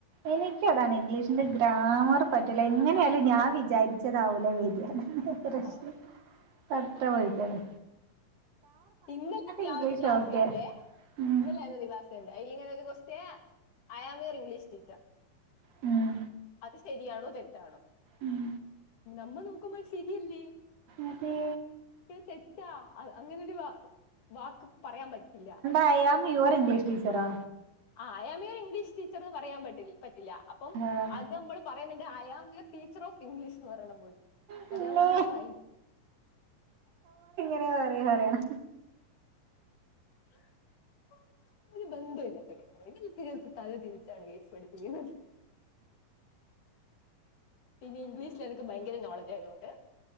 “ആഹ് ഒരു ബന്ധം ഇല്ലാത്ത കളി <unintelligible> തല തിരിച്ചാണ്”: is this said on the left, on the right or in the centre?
Left